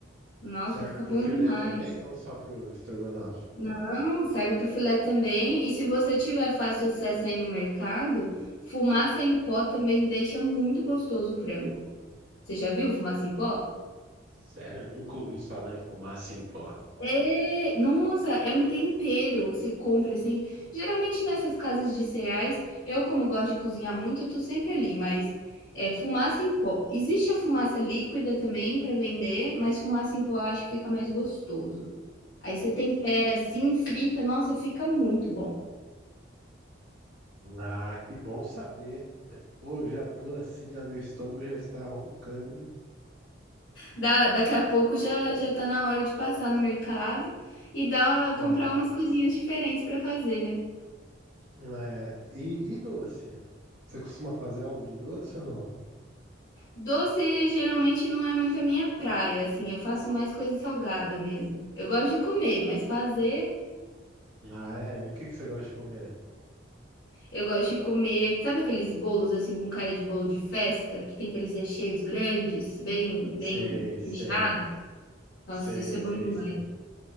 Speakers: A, on the left; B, on the right.
A: Nossa,
B: Serve
A: fica
B: pro
A: bom
B: filé
A: demais.
B: também ou só pro estrogonofe?
A: Não, serve para o filé também. E se você tiver fácil acesso aí no mercado, fumaça em pó também deixa muito gostoso o frango. Você já viu fumaça em pó?
B: Sério, eu nunca ouvi falar em fumaça em pó.
A: É, nossa, é um tempero. Você compra assim. Geralmente nessas casas de cereais, eu como gosto de cozinhar muito, eu tô sempre ali, mas é fumaça em pó. Existe a fumaça líquida também para vender, mas fumaça em pó eu acho que fica mais gostoso. Aí você tempera assim, frita, nossa, fica muito bom.
B: Ah, que bom saber. Pô, eu já tô assim, ah, meu estômago já está roncando.
A: Da, daqui a pouco já já tá na hora de passar no mercado e dar
B: É,
A: comprar umas coisinhas diferentes para fazer, né.
B: é. E, e doce? Você costuma fazer algo de doce ou não?
A: Doce geralmente não é muito a minha praia, assim, eu faço mais coisa salgada mesmo. Eu gosto de comer, mas fazer,
B: Ah, é? E o que que você gosta de comer?
A: eu gosto de comer, sabe aqueles bolos, assim, com cara de bolo de festa, que tem aqueles recheios grandes, bem bem
B: Sei, sei.
A: recheados? Nossa,
B: Sei,
A: isso é
B: sei,
A: bom demais.
B: sim.